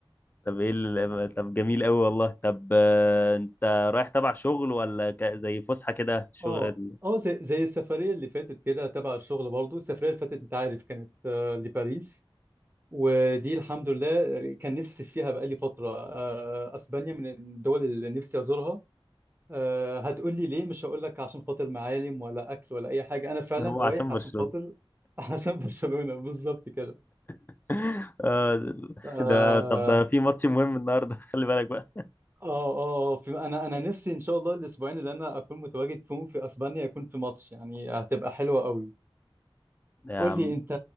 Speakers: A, on the left; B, on the right.
A: طب ايه ال... طب جميل قوي والله طب آه. انت رايح تبع شغل ولا ك... زي فسحه كده شغل
B: اه اه زي, زي السفرية اللي فاتت كده تبع الشغل برضو السفرية اللي فاتت انت عارف كانت آه، لباريس ودي الحمد لله كان نفسي فيها بقالي فترة آه، اسبانيا من الدول اللي نفسي ازورها آه، هتقول لي ليه مش هقول لك عشان خاطر معالم ولا اكل ولا اي حاجة انا فعلا
A: هو عشان
B: رايح عشان
A: برشلونه
B: خاطر <laughs> عشان برشلونة بالظبط كده
A: <laughs> آه.
B: آه،
A: ده طب ده في ماتش مهم النهارده <laughs> خلي بالك بقى
B: اه اه آه، في انا انا نفسي ان شاء الله الاسبوعين اللي انا اكون متواجد فيهم في اسبانيا يكون في ماتش يعني هتبقى حلوة قوي
A: يا
B: قول
A: عم
B: لي انت